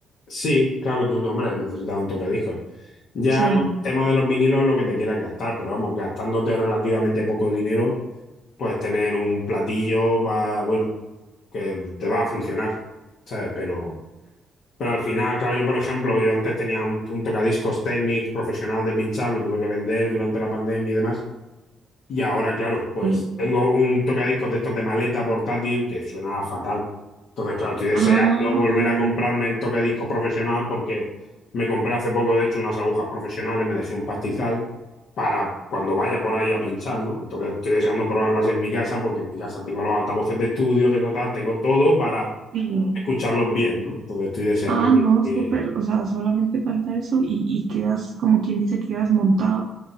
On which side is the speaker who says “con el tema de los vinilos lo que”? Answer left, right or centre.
Left